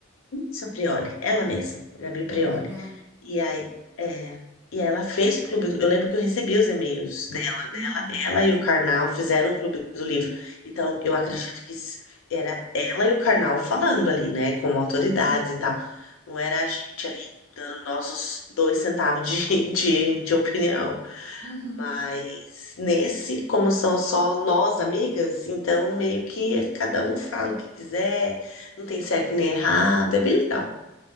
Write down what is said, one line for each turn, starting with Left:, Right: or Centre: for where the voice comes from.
Left: Seu Prioli, ela mesma, Gabi Prioli.
Right: Ah, a Gabriela.
Left: E aí, é, e ela fez o clube do, eu lembro que eu recebi os e-mails dela,
Right: Uhum.
Left: ela e o Karnal fizeram o clube do livro. Então, eu acredito que s- era ela e o Karnal falando ali, né, como autoridades
Right: Uhum,
Left: e tal. Não era a gente ali dando nossos dois centavos de, <laughs> de, de opinião.
Right: uhum.
Left: Mas nesse, como são só nós amigas, então meio que cada um fala o que quiser, não tem certo nem errado, é bem legal.